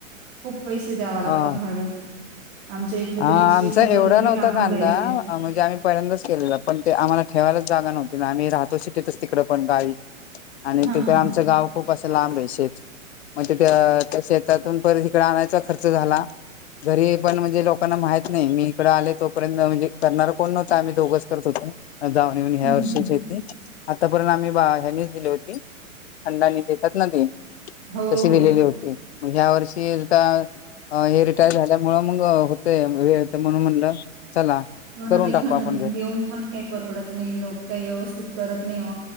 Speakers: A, on the right; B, on the left.
A: खूप पैसे द्याव लागतं
B: हा.
A: भाडं आमच्या इकडे
B: आमचा
A: तर
B: एवढ नव्हता
A: लागून
B: कांदा
A: जायचे.
B: हा म्हणजे आम्ही पहिल्यांदाच केलेलं पण ते आम्हाला ठेवायलाच जागा नव्हती ना आम्ही राहातो शिटीतच तिकड पण गावी आणि
A: हां,
B: तिथ
A: हां, हां.
B: आमचं गाव खूप असं लांबय शेत म्हणजे त्या त्या शेतातून परत इकड आणायचा खर्च झाला घरी पण म्हणजे लोकांना माहित नाही मी इकडं आलोय तोपर्यंत म्हणजे करणार कोण नव्हंत आम्ही दोघच करत होतो. जाऊन येऊन ह्या
A: हं,
B: वर्षी
A: हं, हं.
B: शेती आतापर्यंत आम्ही बा ह्यानीच दिली होती खंडानी देतात ना ती
A: हो,
B: तशी
A: हो.
B: दिलेली होती मग ह्या वर्षी आता हे रिटायर झाल्या मुळ मग हुतय वेळते म्हणून म्हणलं चला
A: हो
B: करून
A: ना ते
B: टाकू
A: खंडूनी
B: आपण घरी
A: देऊन पण काही परवडत नाही लोक काही व्यवस्थित करत नाही ओ